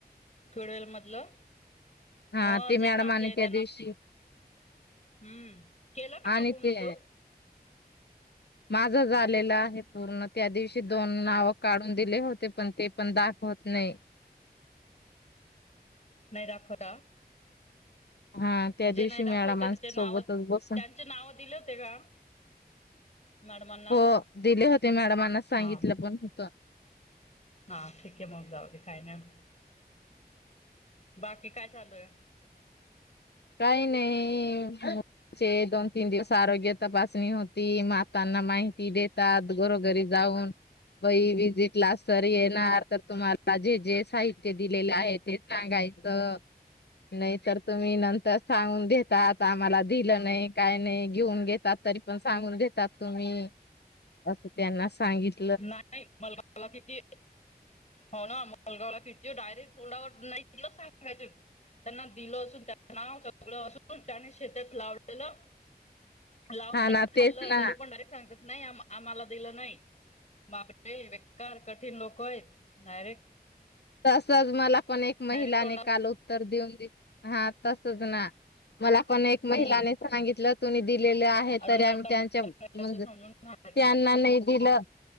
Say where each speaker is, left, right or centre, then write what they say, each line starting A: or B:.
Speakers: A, on the left; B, on the left.
A: खडवेल मधलं
B: हा
A: ह
B: ते
A: जे
B: मॅडमने
A: बाकी आहे
B: त्या
A: त्यांना
B: दिवशी
A: हम्म केलं का
B: आणि
A: पूर्ण
B: ते
A: तू
B: माझं झालेलं आहे पूर्ण त्या दिवशी दोन नाव काढून दिले होते पण ते पण दाखवत नाही
A: नाही दाखवत का
B: हा त्या दिवशी
A: नाही दाखवते
B: मळाळा माणस
A: त्याचे नाव
B: सोबतच
A: त्यांचे
B: बस
A: नाव दिले होते का मॅडमांना
B: हो दिले होते मॅडमांना सांगितलं
A: हा
B: पण होतं.
A: हा ठीक आहे मग जाऊ दे काय नाही बाकी काय चालू आहे.
B: काही नाही दोन तीन दिवस आरोग्य तपासणी होती माताना माहिती देतात. घरोघरी जाऊन वही विजिट क्लास सर येणार तर तुम्हाला जे जे साहित्य दिलेले आहे ते सांगायचं. नाही तर तुम्ही नंतर सांगून देतात आम्हाला दिलं नाही काय नाही घेऊन घेतात. तरी पण सांगून देतात तुम्ही असं त्यांना सांगित
A: नाही मला मला किती. हो ना मालगावला फिरते डायरेक्ट तोंडावर नाहीत सांगायचे. त्यांना दिलं असून त्याच नाव सगळं असून त्याने शेतात लावलेलं. लावून
B: हा ना
A: खाल्ल
B: तेच ना
A: तरी पण डायरेकट सांगत नाही आ आम्हाला दिलं नाही. माले बेकार कठीण लोक आहेत डायरेक्ट
B: तसच मला पण एक महिला
A: डायरेक्ट तोंडावर
B: निकाल हो तर देऊन दि हा तसच ना मला पण एक महिलाने
A: हम्म.
B: सांगितलं तुनी दिलेले आहे
A: असं
B: तरी
A: करता
B: आम्ही त्यांच्या
A: म्हणून
B: म्हणजे
A: त्यांना असं समजून सांगायचं
B: त्यांना नाही दिलं